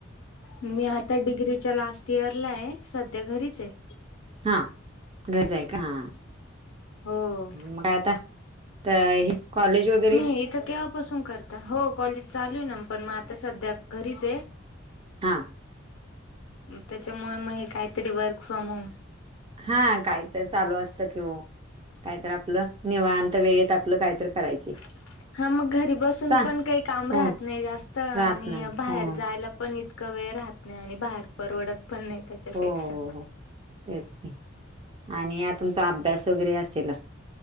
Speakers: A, on the left; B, on the right.
A: मी आता डिग्रीच्या लास्ट इयरला आहे सध्या घरीच आहे.
B: हा घरी आहे का हा
A: हो
B: म काय आता तर हे कॉलेज वगैरे
A: <unintelligible> बसून करता हो कॉलेज चालू आहे ना पण मग आता सध्या घरीच ये.
B: हा
A: त्याच्यामुळे मग हे काहीतरी वर्क फ्रॉम होम.
B: हा काय तर चालू असतं कि ओ काहीतर आपलं निवंत वेळेत आपलं काहीतर करायचे.
A: <inaudible> हा मग घरी बसून
B: चा
A: पण काही काम
B: हो
A: राहत नाही जास्त आणि
B: राहत नाही
A: बाहेर
B: हो
A: जायला पण क वेळ राहत नाही आणि बाहेर परवडत पण नाही त्याच्यापेक्षा
B: हो हो हो तेच आणि आ तुमचा अभ्यास वगैरे असेल.